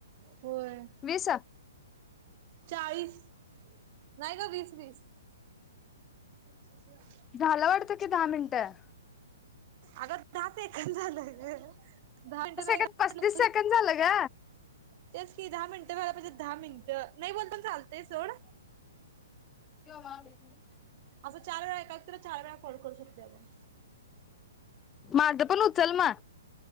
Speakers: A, on the right (about 45°); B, on the left (about 20°).
A: होय,
B: वीस
A: चाळीस... नाही गं, वीस, वीस. अच्छे से आ जाओ
B: झाला वाटतं, की दहा मिनिटं?
A: आगं, दहा सेकंद झालं गं. दहा मिनिटं
B: सेकंड
A: नाही झाले...
B: पस्तीस सेकंड झालं ग
A: तेच की, दहा मिनिटं व्हायला पाहिजे, दहा मिनिटं. नाही, बोलताना चालतंय, सोड.
B: <unintelligible>
A: असं, चार वेळा एकाला, तर चार वेळा कॉल करू शकतो आपण.
B: माझं पण उचल म